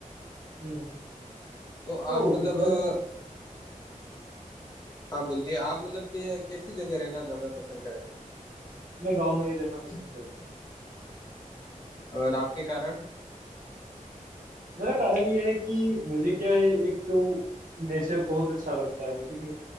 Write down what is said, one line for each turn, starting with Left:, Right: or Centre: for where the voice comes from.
Right: हम्म
Left: तो
Right: तो
Left: आप मतलब
Right: मैं
Left: अ, हाँ बोलिए आप मतलब कि कैसी जगह रहना ज्यादा पसंद
Right: मैं गांव में ही रहना
Left: करेंगे
Right: पसंद करूंगा
Left: और आपके कारण
Right: मेरा कारण ये है कि मुझे क्या है एक तो नेचर बहुत अच्छा लगता है ठीक है